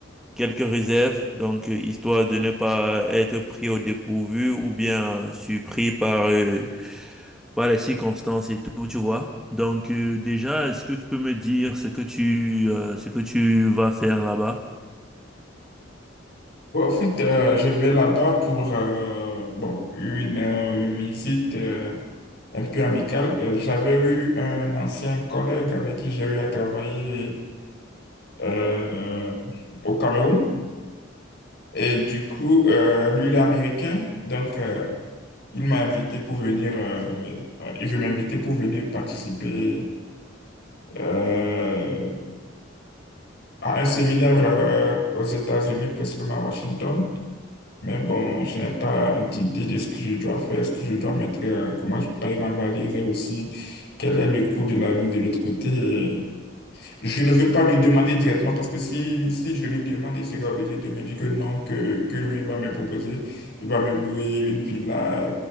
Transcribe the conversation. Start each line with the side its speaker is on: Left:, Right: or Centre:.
Centre: quelques réserves, donc euh, histoire de ne pas être pris au dépourvu ou bien surpris par, euh, par les circonstances et tout, tu vois. Donc euh, déjà, est-ce que tu peux me dire ce que tu, euh, ce que tu vas faire là-bas?
Left: Bon, en fait, euh, je vais là-bas pour euh, bon, une euh, visite euh, un peu amicale. Euh, J'avais eu un ancien collègue avec qui j'ai eu à travailler euh, au Cameroun. Et du coup, euh, lui, il est américain. Donc, euh, il m'a invité pour venir, euh, euh, il veut m'inviter pour venir participer euh, à un séminaire euh, aux États-Unis, principalement à Washington. Mais bon, je n'ai pas d'idée de ce que je dois faire, ce que je dois mettre, euh, comment je paye ma valise et aussi quel est le coût de la vie de l'autre côté. Et Je ne veux pas lui demander directement parce que si, si je lui demande, il sera obligé de me dire que non, que, que lui va me proposer, il va me louer une villa.